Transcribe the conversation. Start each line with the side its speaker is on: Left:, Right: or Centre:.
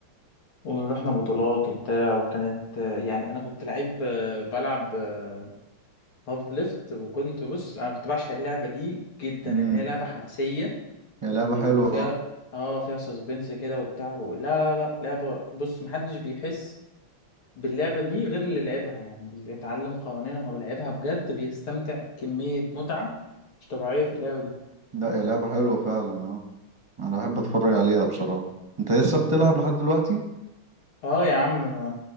Left: ورحنا بطولات وبتاع وكانت آه، يعني انا كنت لعيب آه، بلعب آه، هاف ليفت وكنت بص انا كنت بعشق اللعبه دي جدا
Right: امم
Left: لان هي لعبه حماسيه
Right: يا لعبة
Left: وفيها
Right: حلوة اه
Left: اه فيها سسبنس كده وبتاع و... لا لا لا لعبه بص محدش بيحس باللعبه دي غير اللي لعبها يعني اللي اتعلم قوانينها ولعبها بجد بيستمتع كميه متعه مش طبيعيه في اللعبه دي
Right: لا يا لعبة حلوة فعلا اه أنا بحب أتفرج عليها بصراحة أنت لسه بتلعب لحد دلوقتي؟
Left: اه يا عم انا